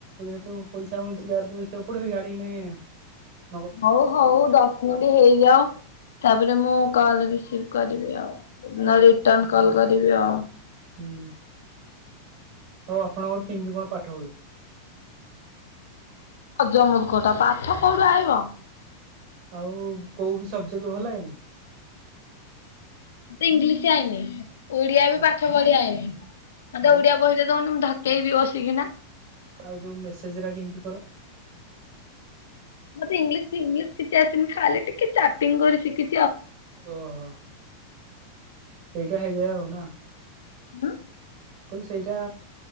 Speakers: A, on the right; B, on the left.
A: ଯେହେତୁ ପଇସା ମିଳଛି ଇଆଡେ ଦେଖିବା ପଡେ ବି ଗାଡିନେ ହ
B: ହଉ ହଉ ଦଶ ମିନିଟ ହେଇଯାାଉ ତାପରେ ମୁଁ କଲ ରିସିଭ କରିବି ଆଉ।
A: ହଉ।
B: ନା ରିଟର୍ଣ କଲ କରିବି ଆଉ।
A: ହୁଁ ଆଉ ଆପଣଙ୍କର କେମିତି କଣ ପାଠ ହୁଏ?
B: ଜମୁତ କଟା ପାଠ କୋଉଠୁ ଆଇିବ।
A: ଆଉ କୋଉ ବି ସବଜେକ୍ଟଟେ ଭଲ ଲାଗେନି?
B: ମତେ ଇଂଲିଶ ଆଇନି। ଓଡିଆ ବି
A: ଆଉ
B: ପାଠ ପଢିଆନି ମତେ
A: ଆଉ
B: ଓଡିଆ ବହିଟେ ଦାଉ ନ ମୁଁ ଧକେଇବି ବସିକିନା।
A: ଆଉ ଯୋଉ ମେସେଜ ଗିରା କେମିତି କର।
B: ମତେ ଇଂଲିଶ ଫିଂଲିସ କିଛି ଆସିନି ଖାଲି ଟିକେ ଚାର୍ଟିଂ କରି ସିକିଚି
A: ଓହୋ ସେଇଟା ହେଇଯାଏ ଆଉ ନା?
B: ହଁ।
A: କିଲ ସେଇଟା